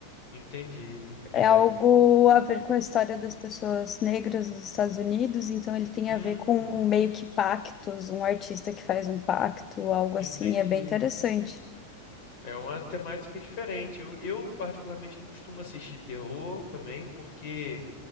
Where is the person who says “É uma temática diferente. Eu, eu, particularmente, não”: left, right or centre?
Left